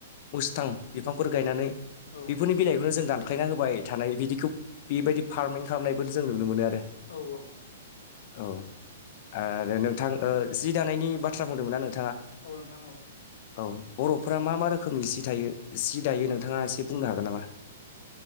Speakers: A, on the left; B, on the left.
A: मुसथां बिफांफोर गायनानै
B: औ
A: बेफोरनि बिलाइखौनो जों दान ख्लायना होबाय थानाय बिदिखौ बेबायदि फार्मिं खालामनायबो जों नुनो मोनो आरो।
B: औ औ औ।
A: औ आरो नोंथां ओ जि दानायनि बाथ्रा बुंदोंमोनना नों?
B: औ नोंथां औ।
A: औ बर'फोरा मा मा रोखोमनि जि थायो जि दायो नोंथाङा एसे बुंनो हागोन नामा?